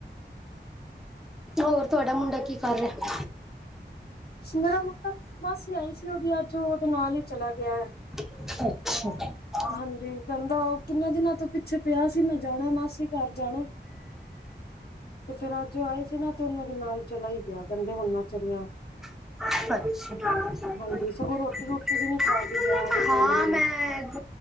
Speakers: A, in the centre; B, on the left.
A: ਹੋਰ ਤੁਹਾਡਾ ਮੁੰਡਾ ਕੀ ਕਰ ਰਿਹਾ?
B: ਮੇਰਾ ਮੁ ਤਾਂ ਬਸ ਹੀ ਆਈ ਸੀ ਉਹਦੀ ਅੱਜ ਉਹਦੇ ਨਾਲ ਹੀ ਚਲਾ ਗਿਆ ਹੈ।
A: ਅੱਛਾ।
B: ਹਾਂਜੀ, ਕਹਦਾ ਉਹ ਕਿੰਨੇ ਦਿਨਾਂ ਤੋਂ ਪਿੱਛੇ ਪਿਆ ਸੀ। ਮੈਂ ਜਾਣਾ ਮਾਸੀ ਘਰ ਜਾਣਾ। ਤੇ ਫੇਰ ਅੱਜ ਆਏ ਸੀ ਨਾ। ਤੇ ਉਹਨਾਂ ਦੇ ਨਾਲ ਚਲਾ ਹੀ ਗਿਆ। ਕਹਿੰਦੇ ਹੁਣ ਮੈਂ ਚਲਿਆ।
A: <unintelligible>
B: ਹਾਂਜੀ ਸਗੋਂ ਰੋਟੀ ਰੋਟੀ ਵੀ ਨੀ ਖਾ ਕੇ ਗਿਆ ਐਵੇਂ
A: ਹਾਂ
B: ਚਲਾ
A: ਮੈਂ
B: ਗਿਆ